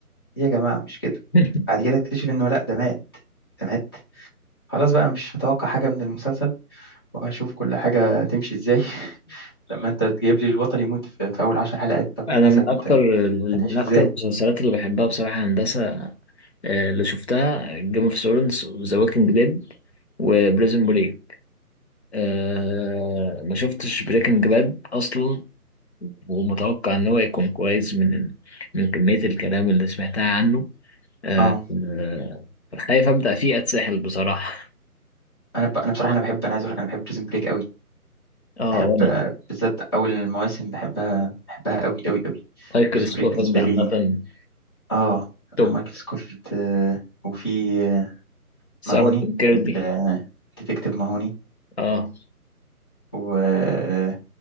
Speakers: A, on the left; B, on the left.
A: يا جماعه مش كده
B: <laughs>
A: بعد كده اكتشف انه لا ده مات ده مات خلاص بقى مش هتوقع حاجه من المسلسل وهشوف كل حاجة تمشي ازاي <laughs> لما انت تجيب لي البطل يموت في, في اول عشر حلقات طب
B: انا
A: الناس
B: من
A: هت...
B: اكتر
A: هتعيش
B: من
A: ازاي
B: اكتر المسلسلات اللي بحبها بصراحه هندسه آه، اللي شفتها جيم اوف ثرونز وذا ووكينج ديد وبريزن بريك أه ما شفتش بريكنج باد اصلا ومتوقع ان هو يكون كويس من من كميه الكلام اللي سمعتها عنه أه
A: اه
B: آه، خايف ابدا فيه اتسحل بصراحه
A: انا ب... انا بصراحة انا بحب انا عايز اقول لك انا بحب بريزن بريك قوي
B: اه
A: بحب
B: وانا
A: آه، بالذات اول المواسم بحبها بحبها قوي قوي قوي
B: مايكل
A: بريزن
B: سكوفيلد
A: بريك بالنسبة
B: عامه
A: لي اه
B: توب
A: مايكل سكوفيلد آه، وفي آه، ماهوني
B: ساره كيردي
A: الديتكتيف ماهوني
B: اه
A: و... آه،